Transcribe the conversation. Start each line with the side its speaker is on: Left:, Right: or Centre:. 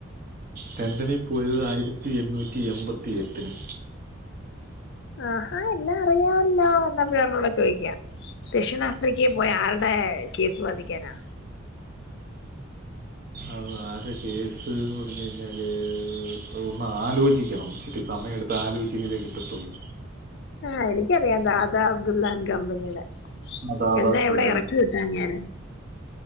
Right: ലണ്ടനിൽ പോയത് ആയിരത്തി എണ്ണൂറ്റി എൺപത്തി എട്ടിന്
Left: ആഹാ എല്ലാം അറിയാവല്ലോ എന്നപ്പോട് ചോദിക്കാം ദക്ഷിണാഫ്രിക്കയിൽ പോയ ആരുടെ കേസ് വാദിക്കാനാ
Right: അത് ആരെ കേസ്ന്ന് പറഞ്ഞു കഴിഞ്ഞാല് ഒന്ന് ആലോചിക്കണം ചറ്റ സമയമെടുത്ത് ആലോചിച്ചെങ്കിലേ കിട്ടത്തുള്ളൂ
Left: ആഹ എനിക്കറിയാം ദാദാ അബ്ദുല്ലാൻ കമ്പനിയുടെ
Right: ദാദാസുല്ലാൻ
Left: എന്നന്താ എവിടെ ഇറക്കി വി ട്ടാങ്ങര്